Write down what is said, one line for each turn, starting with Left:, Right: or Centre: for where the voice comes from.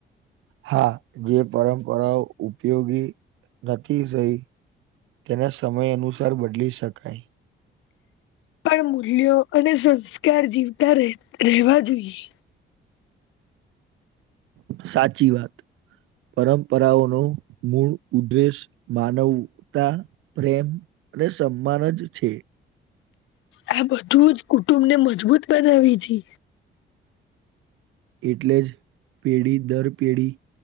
Right: હા જે પરંપરાઓ ઉપયોગી નથી રહી તેને સમય અનુસાર બદલી શકાય.
Left: પણ મૂલ્યો અને સંસ્કાર જીવતા ર રહેવા જોઈએ.
Right: સાચી વાત. પરંપરાઓનો મૂળ ઉદેશ માનવતા પ્રેમ અને સન્માન જ છે.
Left: આ બધું જ કુટુંબને મજબૂત બનાવે છે.
Right: એટલે જ પેઢી દર પેઢી